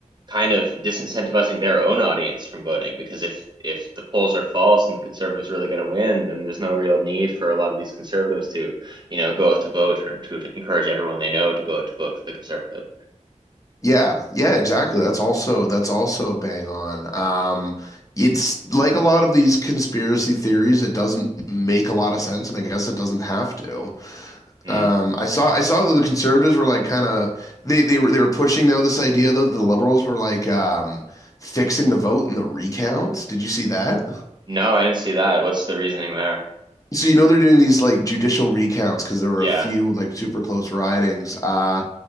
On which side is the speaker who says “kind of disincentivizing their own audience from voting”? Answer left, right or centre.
Right